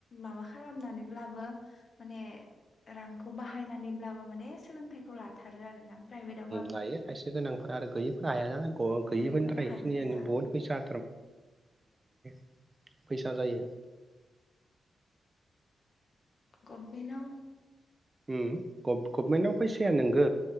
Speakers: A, on the left; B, on the right.
A: माबा खालामनानैब्लाबो माने रांखौ बाहायनानैब्लाबो माने सोलोंथाइखौ लाथारो आरोना प्राइभेटाव
B: लायो खायसे गोनांफोर आरो गैयैफोरा हाया गर गैयिफोरनि
A: गैयैफोरा
B: थाखाय इखिनियानो
A: हाद्राया
B: बहुत फैसा <unintelligible> फैसा जायो।
A: गभमेन्टयाव
B: ओम गभ गभमेन्ट याव फैसाया नोंगो